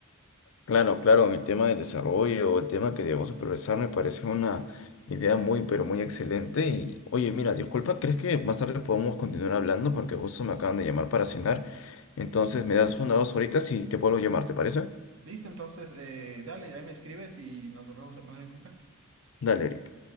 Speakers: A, on the left (about 65°); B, on the right (about 70°).
A: Claro, claro, en el tema del desarrollo, el tema que debemos progresar, me parece una
B: Sí.
A: idea muy, pero muy excelente. Y oye, mira, disculpa, ¿crees que más tarde podemos continuar hablando? Porque justo me acaban de llamar para cenar. Entonces, me das una o dos horitas y te vuelvo a llamar, ¿te parece?
B: Listo, entonces, eh, dale, ahí me escribes y nos volvemos a poner en contacto.
A: Dale, Eric.